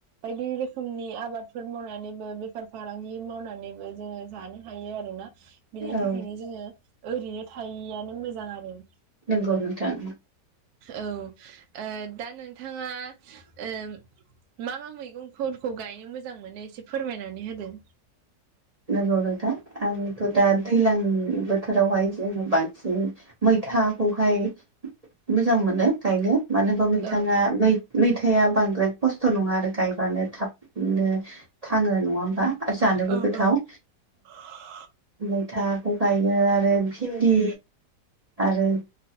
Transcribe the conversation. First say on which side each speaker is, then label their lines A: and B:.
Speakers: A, on the right (about 70°); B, on the right (about 45°).
A: बायदि रोखोमनि आबादफोर मावनानैबो बेफार फालांगि मावनानैबो जोङो जानो थायो आरोना बिनि
B: औ
A: थाखायनो जोङो ओरैनो थायआानो मोजां आरो।
B: नोंगौ नोंथां
A: औ दा नोंथाङा ओ मा मा मैगंफोरखौ गायनो मोजां मोनो एसे फोरमायनानै होदो।
B: लोगो रोथा आंथ' दा दैज्लां बोथोरावहाय जोङो बांसिन मैथाखौहाय मोजां मोनो गायनो मानो होनबा मैथा
A: औ
B: नै मैथायाइा बांद्राय खस्थ' नङा आरो गायबानो थाबनो थाङो नङा होमबा? जानोबो
A: औ
B: गोथाव
A: औ <inaudible>
B: मैथाखौ गायो आरो भिन्दि आरो